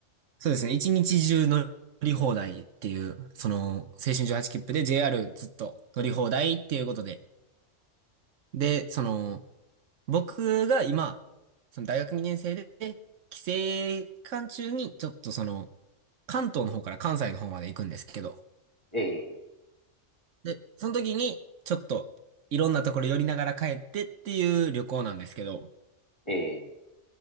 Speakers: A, on the right; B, on the left.
A: そうですね。一日中乗り放題っていう、その、青春18切符で JR ずっと乗り放題っていうことで。で、その、僕が今、その大学2年生で、帰省期間中に、ちょっとその、関東の方から関西の方まで行くんですけど、
B: ええ
A: で、その時に、ちょっと、いろんなところ寄りながら帰ってっていう旅行なんですけど、
B: ええ